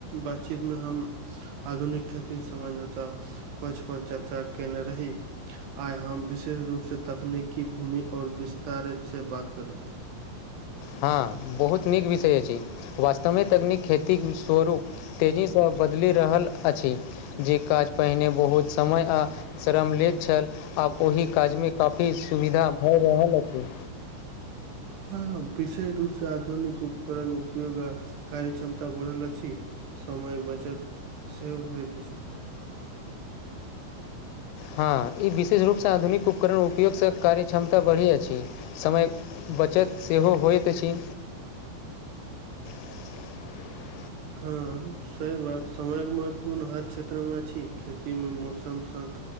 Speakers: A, on the right; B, on the left.
A: बातचीतमे हम आधुनिक खेती सामान्यता पछ पर चर्चा केने रही आई हम विशेष रूप से तकनीकी भूमि और विस्तार स बात करी
B: हँ बहुत नीक विषय अछि वास्तवमे तकनीक खेतीक स्वरूप तेजीस बदलि रहल अछि जे काज पहिने बहुत समय आ श्रम लेैत छल आब ओहि काजमें काफी सुविधा भऽ रहल अछि
A: हँ विशेष रूप से आधुनिक उपकरण उपयोग आ कार्य क्षमता बढ़ल अछि समय बचत सेहो होइत अछि
B: हँ ई विशेष रूपस आधुनिक उपकरण उपयोगसँ कार्य क्षमता बढ़ि अछि समय बचत सेहो होइत अछि <unintelligible>
A: हँ सही बात समयके महत्वपूर्ण हर क्षेत्र मे छी खेती में मौसम सब